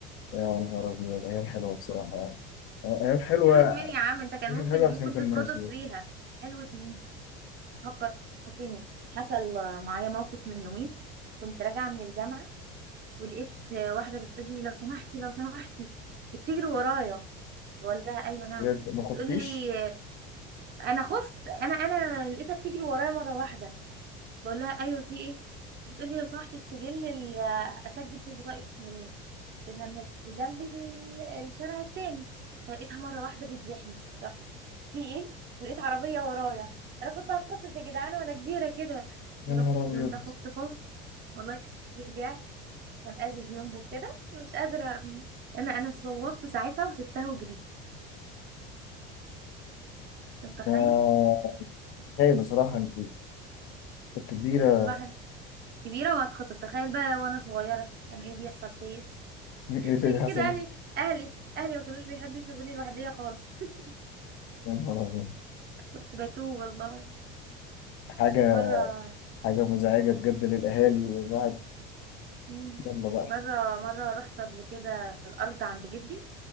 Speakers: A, on the left; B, on the right.
A: يا نهار ابيض ايام حلوة بصراحة يعني ايام حلوة
B: حلو اتنين يا عم انت كان
A: مم،
B: ممكن
A: حلو عشان
B: ممكن
A: كان
B: تتخطف
A: ناسي
B: فيها حلو اتنين فكرتني حصل معايا موقف من يومين كنت راجعة من الجامعة ولقيت واحدة بتقول لي لو سمحتي لو سمحتي بتجري ورايا بقول لها ايوه نعم
A: بجد ما
B: بتقول
A: خفتيش
B: لي انا خفت انا انا لقيتها بتجري ورايا مرة واحدة بقول لها ايوه في ايه بتقول لي لو سمحتي السجل اللي اسجل فيه البطايق منين قلت لها من جنب ال- الشارع التاني فلقيتها مرة واحدة بتزحني في ايه ولقيت عربيه ورايا انا كنت هتخطف يا جدعان وانا كبيره كده
A: يا
B: يا
A: نهار
B: رب في
A: ابيض
B: اليوم ده خفت خوف والله رجعت كان قلبي بينبض كده ومش قادره أ- انا انا صوتت ساعتها وسبتها وجريت انت متخيل
A: ما هي بصراحه انت كنت كبيره
B: المفروض الواحد
A: <laughs>
B: كبيره وهتخطف تخيل بقى وانا صغيره كان ايه بيحصل فيا <laughs>
A: ايه اللي
B: عشان
A: بيحصل
B: كده
A: ده؟
B: اهلي اهلي اهلي ما كانوش بيحبوا يسيبوني لوحدي خالص <laughs>
A: يا نهار ابيض
B: كنت بتوه والله
A: حاجه
B: مره
A: حاجه مزعجه بجد للاهالي والواحد
B: مم.
A: يلا بقى
B: مره مره رحت قبل كده الارض عند جدي